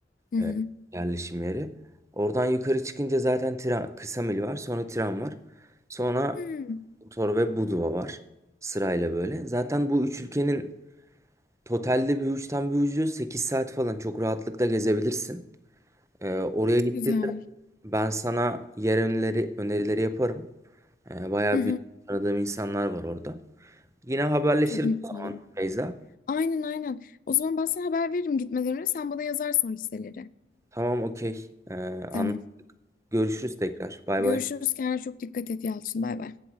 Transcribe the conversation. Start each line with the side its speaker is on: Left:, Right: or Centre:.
Left: Hı hı.
Right: e, yerleşim yeri. Oradan yukarı çıkınca zaten tren, kısa var. Sonra tren var. Sonra
Left: Hı,
Right: Kotor ve Budva var. Sırayla böyle. Zaten bu üç ülkenin totalde bir uçtan bir ucu Sekiz saat falan çok rahatlıkla gezebilirsin. Ee, oraya gittiğinde
Left: güzel.
Right: ben sana yer önerileri, önerileri yaparım. Ee, bayağı
Left: Hı hı.
Right: bir tanıdığım insanlar var orada. Yine haberleşiriz
Left: Çok mutlu
Right: o zaman
Left: olurum.
Right: Beyza.
Left: Aynen aynen. O zaman ben sana haber veririm gitmeden önce. Sen bana yazarsın o listeleri.
Right: Tamam okey. Ee,
Left: Tamam.
Right: anla- görüşürüz tekrar. Bay
Left: Görüşürüz.
Right: bay.
Left: Kendine çok dikkat et Yalçın. Bay bay.